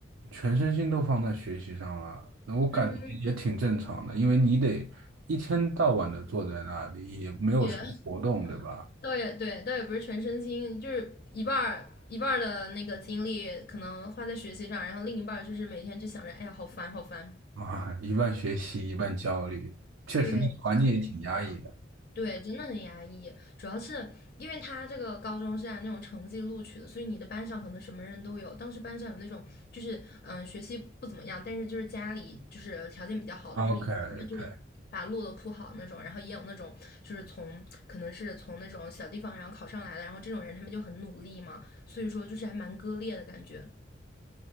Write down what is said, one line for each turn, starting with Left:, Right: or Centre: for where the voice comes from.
Right: 全身心都放在学习上了，那我感觉也挺正常的，
Left: 嗯，
Right: 因为你得一天到晚的坐在那里，也没有什么活动，
Left: 也 <laughs>
Right: 对吧？
Left: 倒也对，倒也不是全身心，就是一半儿一半儿的那个精力可能花在学习上，然后另一半儿就是每天就想着，哎呀，好烦，好烦。
Right: 啊，一半学习，一半焦虑，确实那个环境也挺压抑的。
Left: 对，差不多。就这样。对，真的很压抑，主要是因为他这个高中是按那种成绩录取的，所以你的班上可能什么人都有。当时班上有那种就是嗯、呃学习不怎么样，但是就是家里就是条件比较好的，就是已经帮他们就是把路都铺好那种，
Right: OK，OK，
Left: 然后也有那种就是从可能是从那种小地方然后考上来的，然后这种人他们就很努力嘛，所以说就是还蛮割裂的感觉。